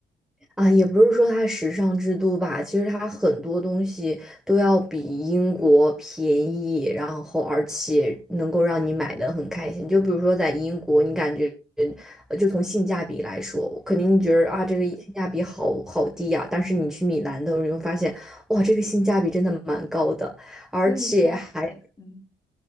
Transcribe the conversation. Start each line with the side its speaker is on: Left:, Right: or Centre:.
Centre: 啊！也不是说它时尚之都吧，其实它很多东西都要比英国便宜，然后而且能够让你买的很开心。就比如说在英国，你感觉呃就从性价比来说，肯定你觉得啊这个性价比好好低呀、
Left: 嗯，
Centre: 但是你去米兰的时候，你会发现哇，这个性价比真的蛮高的。
Left: <laughs>
Centre: 而且还
Left: 所以你一般对，嗯。